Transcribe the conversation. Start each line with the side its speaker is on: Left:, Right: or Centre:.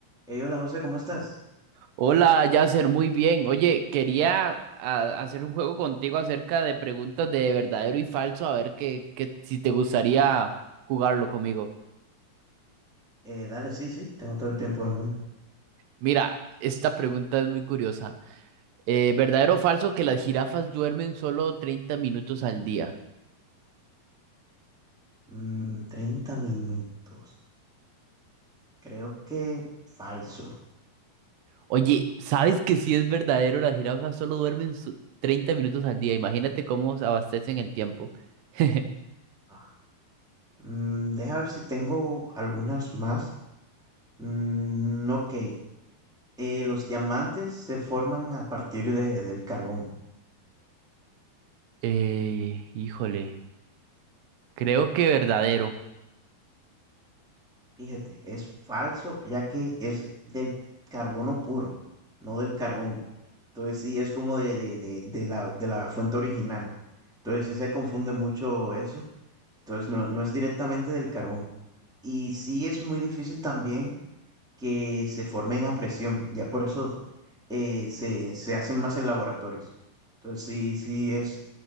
Centre: Hey, hola José, ¿cómo estás?
Right: Hola, Yasser, muy bien. Oye, quería a- hacer un juego contigo acerca de preguntas de verdadero y falso, a ver que, que- si te gustaría jugarlo conmigo.
Centre: Eh, dale, sí, sí, tengo todo el tiempo del mundo.
Right: Mira, esta pregunta es muy curiosa. Eh, ¿verdadero o falso que las jirafas duermen solo 30 minutos al día?
Centre: Mm, 30 minutos. Creo que falso.
Right: Oye, ¿sabes que si es verdadero? Las jirafas solo duermen so- 30 minutos al día. Imagínate cómo se abastecen el tiempo. <laughs>
Centre: Ah, mm, deja ver si tengo algunas más. Mm, ok. Eh, los diamantes se forman a partir de, del carbón.
Right: Eh, híjole, creo que verdadero.
Centre: Fíjate, es falso ya que es del carbono puro, no del carbón. Entonces sí, es como de, de, de, de la, de la fuente original. Entonces sí se confunde mucho eso Entonces no, no es directamente del carbón. Y sí es muy difícil también que se formen a presión. Ya por eso eh, se, se hacen más en laboratorios. Entonces sí, sí es,